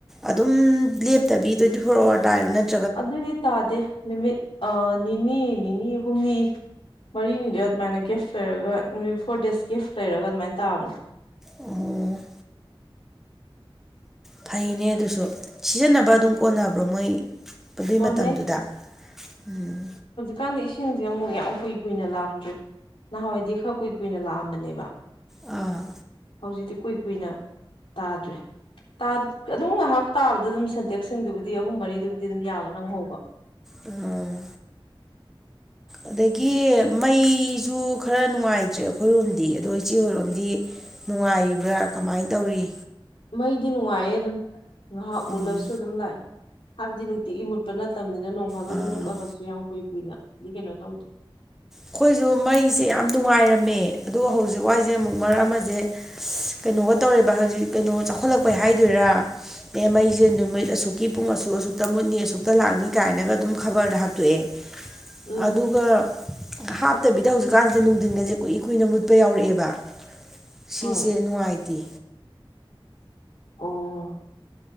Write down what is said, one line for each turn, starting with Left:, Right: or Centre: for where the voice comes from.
Centre: ꯑꯗꯨꯝ ꯂꯦꯞꯇꯕꯤ ꯇ꯭ꯋꯦꯟꯇꯤ ꯐꯣꯔ ꯑꯋꯥꯔꯗꯥꯏꯔꯣ ꯅꯠꯇ
Left: ꯑꯗꯨꯗꯤ ꯇꯥꯗꯦ ꯅꯨꯃꯤꯠ ꯑꯥ ꯅꯤꯅꯤ ꯅꯤꯅꯤ ꯍꯨꯝꯅꯤ ꯃꯔꯤꯅꯤꯗ ꯑꯗꯨꯃꯥꯏꯅ ꯒꯦꯐ ꯂꯩꯔꯒ ꯅꯨꯃꯤꯠ ꯐꯣꯔ ꯗꯦꯖ ꯒꯤꯐ ꯂꯩꯔꯒ ꯑꯗꯨꯃꯥꯏꯅ ꯇꯥꯕꯅꯦ
Centre: ꯑꯣ ꯐꯩꯅꯦ ꯑꯗꯨꯁꯨ ꯁꯤꯖꯤꯟꯅꯕ ꯑꯗꯨꯝ ꯀꯣꯟꯅꯕ꯭ꯔꯣ ꯃꯣꯏ ꯑꯗꯨꯏ
Left: ꯀꯣꯟꯅꯩ
Centre: ꯃꯇꯝꯗꯨꯗ ꯎꯝ
Left: ꯀꯥꯟꯗꯤ ꯏꯁꯤꯡꯁꯦ ꯑꯃꯨꯛ ꯌꯥꯝ ꯀꯨꯏ ꯀꯨꯏꯅ ꯂꯥꯛꯇꯔꯦ ꯅꯍꯥꯟꯋꯥꯏꯗꯤ ꯈꯔ ꯀꯨꯏ ꯀꯨꯏꯅ ꯂꯥꯛꯑꯝꯕꯅꯦꯕ
Centre: ꯑꯥ
Left: ꯍꯧꯖꯤꯛꯇꯤ ꯀꯨꯏ ꯀꯨꯏꯅ ꯇꯥꯗ꯭ꯔꯦ ꯇꯥ ꯑꯗꯨꯝ ꯉꯥꯍꯥꯛ ꯇꯥꯕꯗ ꯑꯗꯨꯝ ꯁꯦꯟꯇꯦꯛꯁꯁꯤꯡꯗꯨꯕꯨꯗꯤ ꯑꯍꯨꯝ ꯃꯔꯤꯗꯨꯕꯨꯗꯤ ꯑꯗꯨꯝ ꯌꯥꯕ ꯅꯪꯍꯧꯕ
Centre: ꯑꯣ ꯑꯗꯒꯤ ꯃꯩꯁꯨ ꯈꯔ ꯅꯨꯡꯉꯥꯏꯇ꯭ꯔꯦ ꯑꯈꯣꯏꯔꯣꯝꯗꯤ ꯑꯗꯣ ꯏꯆꯦ ꯍꯣꯏꯔꯣꯝꯗꯤ ꯅꯨꯡꯉꯥꯏꯔꯤꯕ꯭ꯔꯥ ꯀꯃꯥꯏ ꯇꯧꯔꯤ
Left: ꯃꯩꯗꯤ ꯅꯨꯡꯉꯥꯏꯌꯦ ꯑꯗꯨꯝ ꯉꯥꯍꯥꯛ ꯃꯨꯠꯂꯁꯨ
Centre: ꯎꯝ
Left: ꯑꯗꯨꯝ ꯂꯥꯛꯑꯦ ꯍꯥꯏꯕꯗꯤ ꯅꯨꯡꯇꯤꯒꯤ ꯃꯨꯠꯄ ꯅꯠꯇꯕꯅꯤꯅ ꯅꯣꯡꯐꯥꯗꯣꯛ
Centre: ꯑꯥ
Left: ꯑꯗꯨꯝ ꯃꯨꯠꯂꯒꯁꯨ ꯌꯥꯝ ꯀꯨꯏ ꯀꯨꯏꯅꯗꯤ ꯀꯩꯅꯣ ꯇꯧꯗꯦ
Centre: ꯑꯈꯣꯏꯁꯨ ꯃꯩꯁꯦ ꯌꯥꯝ ꯅꯨꯡꯉꯥꯏꯔꯝꯃꯦ ꯑꯗꯨꯒ ꯍꯧꯖꯤꯛ ꯋꯥꯏꯁꯦ ꯑꯃꯨꯛ ꯃꯔꯛ ꯑꯃꯁꯦ ꯀꯩꯅꯣꯒ ꯇꯧꯔꯦꯕ ꯍꯧꯖꯤꯛ ꯀꯩꯅꯣ ꯆꯥꯎꯈꯠꯂꯛꯄꯩ ꯍꯥꯏꯗꯣꯏꯔꯥ ꯑꯦ ꯃꯩꯁꯦ ꯅꯨꯃꯤꯠ ꯑꯁꯨꯛꯀꯤ ꯄꯨꯡ ꯑꯁꯨꯛ ꯑꯁꯨꯛꯇ ꯃꯨꯠꯅꯤ ꯑꯁꯨꯛꯇ ꯂꯥꯛꯅꯤ ꯀꯥꯏꯅꯒ ꯑꯗꯨꯝ ꯈꯕꯔꯗ ꯍꯥꯞꯇꯣꯛꯑꯦ
Left: ꯎꯝ
Centre: ꯑꯗꯨꯒ ꯍꯥꯞꯇꯕꯤꯗ ꯍꯧꯖꯤꯛꯀꯥꯟꯁꯤ ꯅꯨꯡꯗꯤꯟꯒꯁꯦ ꯀꯨꯏ ꯀꯨꯏꯅ ꯃꯨꯠꯄ ꯌꯥꯎꯔꯛꯑꯦꯕ ꯁꯤꯁꯦ
Left: ꯍꯣꯏ
Centre: ꯅꯨꯡꯉꯥꯏꯇꯦ
Left: ꯑꯣ